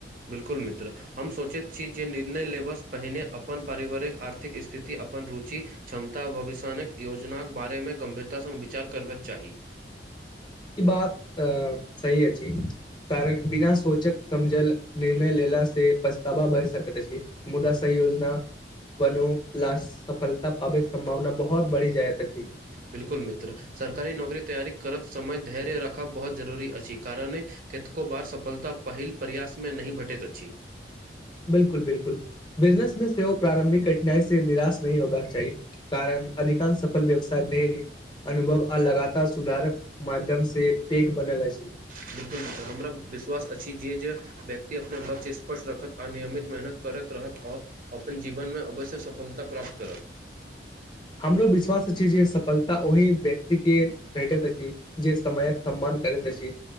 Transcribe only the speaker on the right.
बिल्कुल मित्र हम सोचैत छी जे निर्णय लेबसँ पहिने अपन पारिवारिक आर्थिक स्थिति अपन अपन रुचि क्षमता भविष्य योजनाक बारेमे गम्भीरता सङ् विचार करबाक चाही
बिल्कुल मित्र सरकारी नौकरी तैयारी करत समय धैर्य रखब बहुत जरूरी अछि कारण कतको बार सफलता पहिल प्रयासमे नहि भटैत अछि
बिल्कुल बिल्कुल हमरा विश्वास अछि जे जे व्यक्ति अपना लक्ष्य स्पर्श रखत आ नियमित मेहनत कर करैत रहत आओ अपन जीवनमे अवश्य सफलता प्राप्त करत